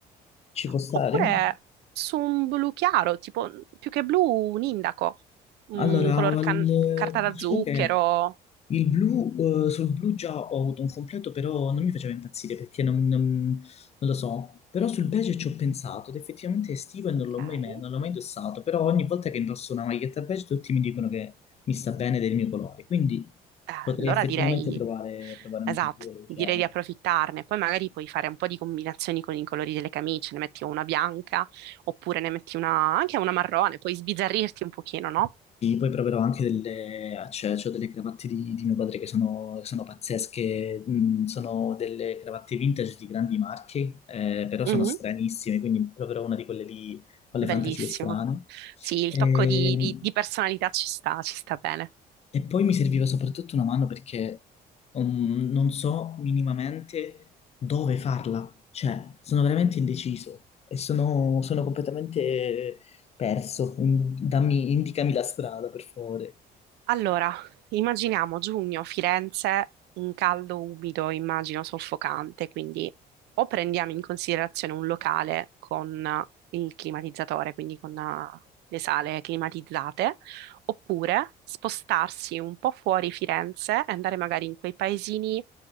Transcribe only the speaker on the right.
oppure su un blu chiaro, tipo più che blu, un indaco, un
color can-
carta
da zucchero.
Ok.
Eh,
allora
direi,
esatto,
direi
di approfittarne. Poi magari puoi fare un po' di combinazioni con i colori delle camicie, ne metti una bianca, oppure ne metti una, anche una marrone, puoi sbizzarrirti un pochino, no?
Mhm,
Bellissimo.
Sì, il
tocco di, di di personalità ci sta, ci sta bene.
Allora, immaginiamo giugno, Firenze, un caldo umido, immagino soffocante, quindi o prendiamo in considerazione un locale con eh, il climatizzatore, quindi con eh, le sale climatizzate, oppure spostarsi un po' fuori Firenze e andare magari in quei paesini